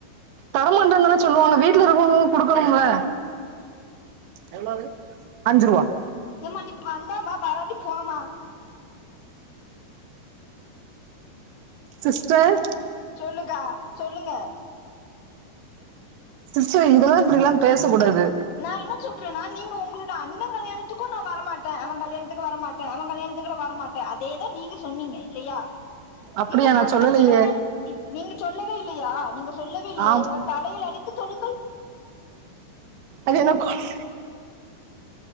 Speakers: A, on the right; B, on the left.
A: தரமாட்டேனு தான சொல்லுவாங்க வீட்டு்ல இருக்கவங்களும் குடுக்கணும்ல எவ்ளவுது அஞ்சு ரூபா
B: ஏம்மா நீ வந்த வா வராட்டி போமா
A: சிஸ்டர்
B: சொல்லுக்கா சொல்லுங்க
A: சிஸ்டர் இதெல்லா இப்படில்லா பேசக்கூடாது
B: நா என்ன சொல்றேன்னா நீங்க உங்களோட அண்ணன் கல்யாணத்துக்கு நான் வரமாட்டே அவுங்கள் வன் கல்யாணத்துக்கு வரமாட்டே அவன் கல்யாணத்துக்கு நா வரமாட்டே அதேதா நீங்க சொன்னீங்க இல்லையா
A: அப்டியா
B: இப்ப
A: நா
B: தங்கச்சி
A: சொல்லலையே
B: கல்யாணத் இ நீங்க சொல்லவே இல்லையா நீங்க சொல்லவே இல்லையா
A: ஆம்
B: உங்கள் தலையில் அடித்து சொல்லுங்கள்
A: அது என்னக்கொன்